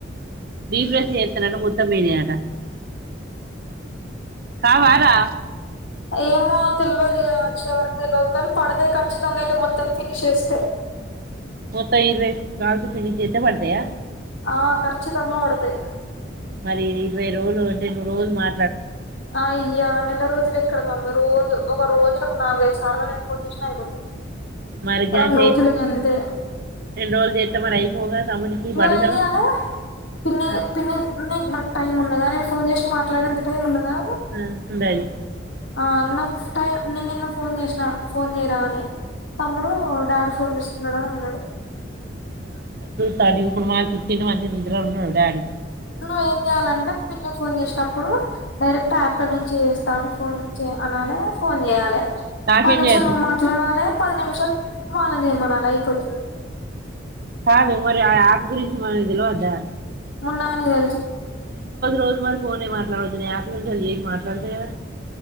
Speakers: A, on the right; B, on the left.
A: రిఫ్రెష్ చేస్తే నట మొత్తం పోయినయట. కావారా?
B: ఏమో తెలియదు గావచ్చు ఎవరకు తెలవదు కానీ పడతయ్ ఖచ్చితంగా అయితే మొత్తం ఫినిష్ చేస్తే.
A: మొత్తం ఇరవై కాల్స్ ఫినిష్ చేస్తే పడతయా?
B: ఆ కర్చి తంగ కొడతయ్
A: మరి ఇరవై రోజలు ఉంటే నువ్వు రోజు మా
B: ఆ అయ్యా నెల రోజులు ఎక్కడ మమ్మీ రోజు ఒక రోజులకు నాలుగైదు సార్ల నేను ఫోన్ చేసిన నేను అయిపోతయ్.
A: మరి గా-
B: రెండు
A: చేసి
B: రోజులు గంతే
A: రెండు రోజులు చేస్తే మరి అయిపోగా తమ్ముడికి
B: నేను
A: పడు
B: ఎన్ని
A: కదా
B: చేయాలె, పిన్ని
A: ఆ,
B: పిన్ని నిక్ టైం ఉన్నదా నేను ఫోన్ చేసి మాట్లాడే అంత టైం ఉన్నదా?
A: ఉమ్ ఉండది.
B: ఆ అన్నకు టైన్ నేను నిన్న ఫోన్ చేసిన, ఫోన్ చేయరా అని తమ్ముడు, డాడి ఫోన్ చేస్తున్నడని అన్నడు.
A: తడిప్పుడు మాకిచ్చిన మంచిగ నిద్రల ఉన్నడు డాడి
B: నువ్వ ఏం చేయాలంటే పిన్నికి ఫోన్ జేసేటప్పుడు, డైరెక్ట్ యాప్ల నుంచి చేస్తా నువ్ ఫోన్ లిఫ్ట్ చేయ్ అనాలే ఫోన్ చేయాలే,
A: నాకేం
B: పనిమిషాలు
A: చేయొచ్చు
B: నువ్వు మాట్లాడాలె పది నిమిషాలు వాళ్లని జైమనాలే అయిపోతుంది.
A: కాదు మరి ఆ యాప్ గురించి మనకి తెలిలువద్దా?
B: మున్న గానికి తెలుసు
A: రోజు మరి యాప్ నుంచేల్లి బిచేసి మాట్లాడుతును కదా